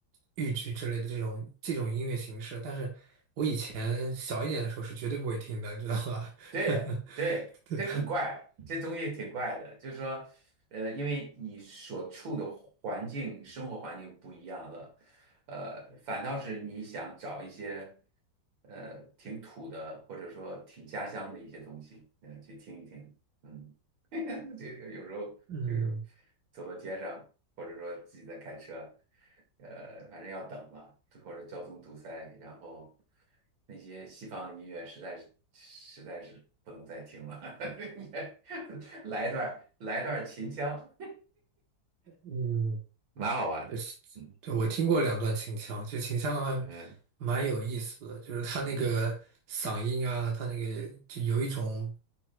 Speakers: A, on the right; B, on the right.
A: 豫剧之类的这种这种音乐形式，但是以前小一点的时候是绝对不会听的，你知道吧？
B: 对对，
A: <laughs> 对。
B: 这很怪，这东西挺怪的。就是说，呃，因为你所处的环境、生活环境不一样了，呃，反倒是你想找一些，呃，挺土的，或者说挺家乡的一些东西，嗯、去听一听，嗯，<laughs> 就有有时候就是
A: 嗯
B: 走到街上，或者说自己在开车，呃，反正要等嘛，或者交通堵塞，然后那些西方音乐实在是实在是不能再听了，<laughs> 来一段来一段秦腔，
A: 嗯，
B: <laughs> 蛮好玩的，
A: 对，是对，
B: 嗯嗯
A: 我听过两段秦腔，其实秦腔还蛮有意思的，
B: 嗯
A: 就是他那个嗓音啊，
B: 嗯，
A: 他那个就有一种